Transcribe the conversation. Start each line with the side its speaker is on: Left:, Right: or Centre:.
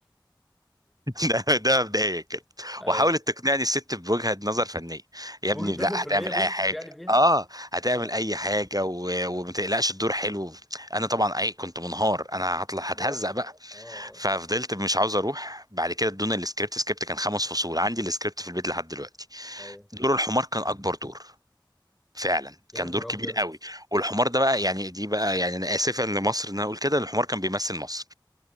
Right: <laughs> ده ده مبدئيا كده
Centre: <laughs> ايوه
Right: وحاولت تقنعني الست بوجهة نظر فنية يا
Centre: ممكن
Right: ابني
Centre: تظهر
Right: لا
Centre: في
Right: هتعمل
Centre: اللي هي ممكن
Right: اي حاجة
Centre: تبيعني بيها
Right: اه هتعمل
Centre: اه
Right: اي حاجة و... وما تقلقش الدور حلو انا طبعا اي كنت منهار انا هطلع هتهزق
Centre: كبار
Right: بقى
Centre: اه
Right: ففضلت
Centre: اه
Right: مش عاوز اروح بعد كده ادونا السكريبت سكريبت كان خمس فصول عندي السكريبت في البيت لحد دلوقتي
Centre: ايوه
Right: دور الحمار كان اكبر دور فعلا
Centre: يا
Right: كان
Centre: نهار
Right: دور كبير
Centre: ابيض
Right: قوي والحمار ده بقى يعني دي بقى يعني انا اسفا لمصر ان انا اقول كده الحمار كان بيمثل مصر